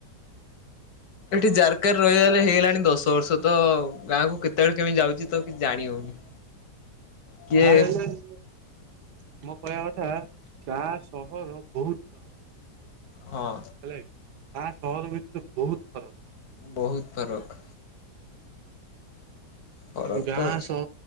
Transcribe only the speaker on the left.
ଏଠି ଜାରକାରେ ରହିବାରେ ହେଇଗଲାଣି ଦଶ ବର୍ଷ ତ ଗାଁକୁ କେତେବେଳେ କେମିତି ଯାଉଛି ତ କିଛି ଜାଣି ହଉନି।
କିଏ
ହଁ।
ବହୁତ ଫରକ୍। ଫରକ
ତ ଅଛି।